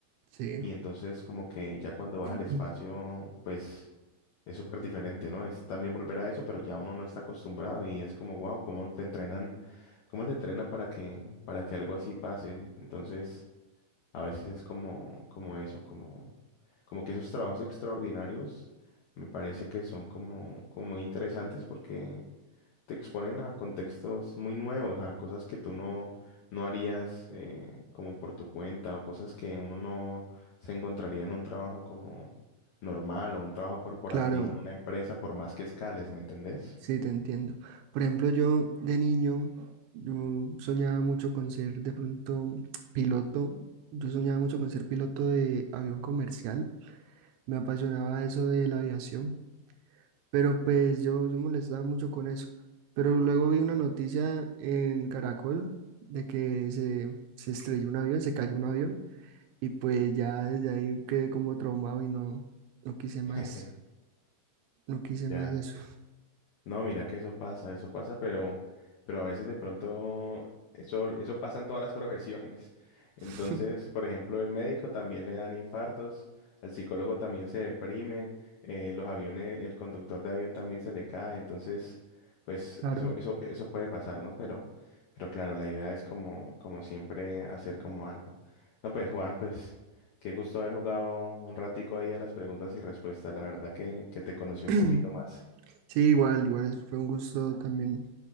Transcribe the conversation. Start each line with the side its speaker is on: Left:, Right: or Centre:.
Right: sí.
Left: y entonces como que ya cuando vas
Right: <clears throat>
Left: al espacio, pues es súper diferente, ¿no? Es también volver a eso, pero ya uno no está acostumbrado y es como, wow, ¿cómo te entrenan? ¿Cómo te entrenan para que, para que algo así pase? Entonces, a veces es como, como eso, como, como que esos trabajos extraordinarios me parece que son como, como muy interesantes porque te exponen a contextos muy nuevos, a cosas que tú no, no harías eh, como por tu cuenta o cosas que uno no se encontraría en un trabajo como normal o un trabajo corporativo
Right: Claro,
Left: en una empresa por más que escales, ¿me entendés?
Right: sí, te entiendo. Por ejemplo, yo de niño, yo soñaba mucho con ser de pronto <tsk> piloto. Yo soñaba mucho con ser piloto de avión comercial. Me apasionaba eso de la aviación. Pero pues yo, yo molestaba mucho con eso. Pero luego vi una noticia en Caracol de que se, se estrelló un avión, se cayó un avión. Y pues ya desde ahí quedé como traumado y no, no quise más,
Left: <laughs>
Right: no quise más
Left: Ya.
Right: eso.
Left: No, mira que eso pasa, eso pasa, pero, pero a veces de pronto eso, eso pasa en todas las profesiones. <laughs> Entonces,
Right: <laughs>
Left: por ejemplo, el médico también le dan infartos, al psicólogo también se deprime, eh, los aviones, el conductor de avión también se le cae. Entonces, pues
Right: Claro.
Left: eso, eso, eso puede pasar, ¿no? Pero, pero claro, la idea es como, como siempre hacer como algo. No, pues Juan, pues qué gusto haber jugado un ratico ahí a las preguntas y respuestas. La verdad que, que te conocí un
Right: <clears throat>
Left: poquito más.
Right: Sí, igual, igual es- fue un gusto también,